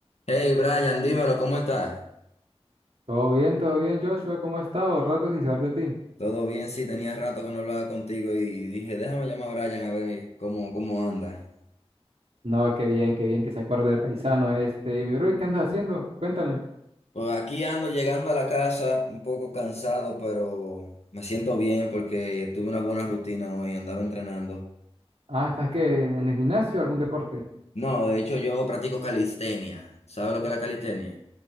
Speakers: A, on the left; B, on the right.
A: Hey Brian, dímelo, ¿cómo estás?
B: Todo bien, todo bien, Joshua, ¿cómo has estado? Rato sin saber de ti.
A: Todo bien, sí, tenía rato que no hablaba contigo y dije, déjame llamar a Brian a ver cómo, cómo anda.
B: No, qué bien, qué bien que se acuerde del paisano este. Y mi bro, ¿y qué andas haciendo? Cuéntame.
A: Pues aquí ando llegando a la casa, un poco cansado, pero me siento bien porque tuve una buena rutina hoy, andaba entrenando.
B: Ah, ¿estás qué? ¿En el gimnasio algún deporte?
A: No, de hecho yo practico calistenia. ¿Sabes lo que es la calistenia?